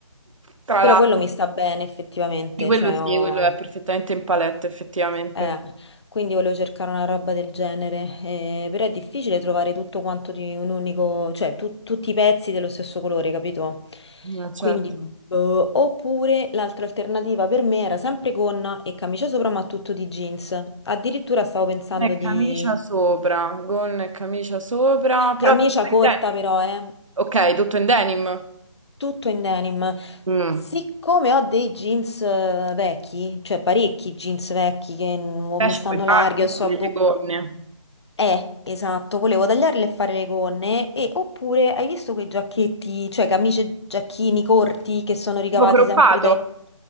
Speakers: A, on the right; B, on the left.
A: Tra
B: Però
A: l'altro,
B: quello mi sta bene effettivamente,
A: di quello
B: cioè
A: sì,
B: ho...
A: quello è perfettamente in palette, effettivamente.
B: Eh, quindi volevo cercare una roba del genere, eh, però è difficile trovare tutto quanto di un unico, cioè tu- tutti i pezzi dello stesso colore, capito?
A: Eh, certo.
B: Quindi, boh. Oppure l'altra alternativa per me era sempre gonna e camicia sopra, ma tutto di jeans. Addirittura stavo
A: Gonna
B: pensando
A: e
B: di
A: camicia sopra, gonna e camicia sopra, però
B: camicia
A: tutto in
B: corta,
A: denim.
B: però, eh,
A: Ok, tutto in denim.
B: tutto in denim.
A: Mm.
B: Siccome ho dei jeans eh, vecchi, cioè parecchi jeans vecchi che non
A: Pesce
B: mi stanno
A: puoi fare
B: larghi
A: comunque
B: o sono
A: delle gonne,
B: Eh, esatto, volevo tagliarle e fare le gonne e oppure hai visto quei giacchetti, cioè camicie e giacchini corti che sono ricavati
A: tipo croppato.
B: sempre dai...